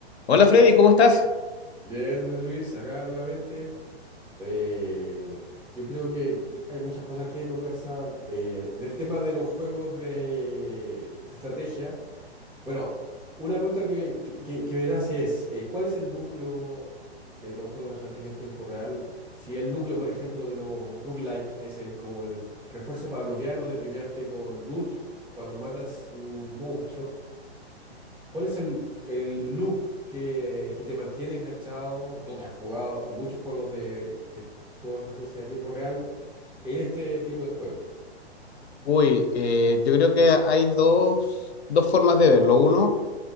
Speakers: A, on the left (about 75°); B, in the centre.
A: Hola Freddy, ¿cómo estás?
B: Bien, José Luis, acá nuevamente. Eh, yo creo que hay muchas cosas que conversar eh, del tema de los juegos de de estrategia. Bueno, una pregunta que, que- que- que me nace es, eh, ¿cuál es el núcleo de los juegos de estrategia en tiempo real? Si el núcleo, por ejemplo, de los roguelike es el como el refuerzo pavloviano de premiarte con loot cuando matas un monstruo. ¿Cuál es el, el loop que, que te mantiene enganchado? Tú que has jugado muchos juegos de, eh, juegos de estrategia de tiempo real en este tipo de juegos.
A: Uy, eh, yo creo que hay dos, dos formas de verlo. Uno,